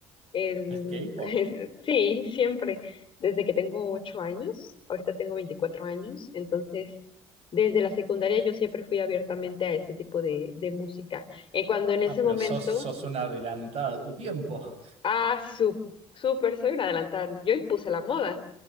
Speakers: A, on the left; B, on the right.
A: El,
B: ¿El K-pop?
A: <laughs> sí, siempre. Desde que tengo ocho años, ahorita tengo 24 años, entonces desde la secundaria yo siempre fui abiertamente a ese tipo de, de música. Eh, cuando en
B: Ah,
A: ese
B: pero
A: momento,
B: sos, sos una adelantada a tu tiempo.
A: ah, su- súper, soy una adelantada, yo impuse la moda.